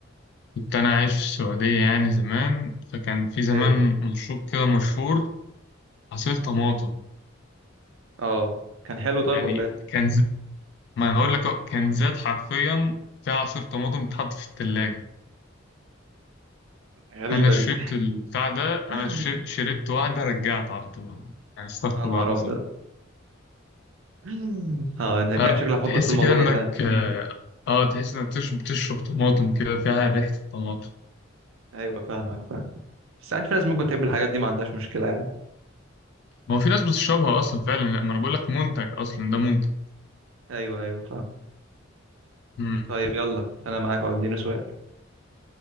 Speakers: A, on the left; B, on the right.
A: كنت أنا عايش في السعودية يعني زمان فكان في زمان
B: أيوه
A: مشروب كده مشهور عصير طماطم
B: آه كان حلو طيب
A: يعني
B: ولا إيه؟
A: كان ز... ما أنا هقول لك أهو، كان زاد حرفيا في عصير طماطم بيتحط في التلاجة
B: غريبة
A: انا شربت
B: دي
A: البتاع ده انا
B: <laughs>
A: ش- شربت واحده رجعت على طول يعني استغفر
B: أنا
A: الله
B: هرب
A: العظيم
B: <laughs> اه ده
A: لا
B: كان شكلي هفكر
A: تحس
B: في الموضوع
A: كده انك
B: ده تاني
A: اه آه، تحس انك بتش- بتشرب طماطم كده فيها ريحه الطماطم
B: ايوه فاهمك فاهم بس ساعات في ناس ممكن تحب الحاجات دي ما عندهاش مشكله يعني
A: ما هو في ناس بتشربها اصلا فعلا لا ما انا بقول لك منتج اصلا ده منتج
B: ايوه ايوه فاهم
A: مم.
B: طيب يلا انا معاك اهو اديني سؤال